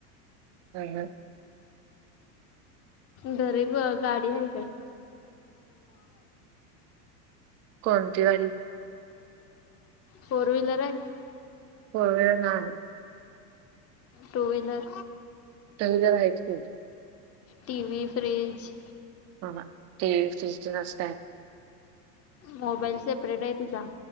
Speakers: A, on the right; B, on the left.
A: ह ह.
B: घरी ब गाडी आहे काय?
A: कोणती गाडी?
B: फोर व्हिलर अय?
A: फोर व्हिलर नाही.
B: टू वहीलर
A: चांगलंला व्हायचं्हं
B: टी वी फ्रिज
A: ह ह टी व फिज नस
B: मोबाईल सेपरेट आहे तुझा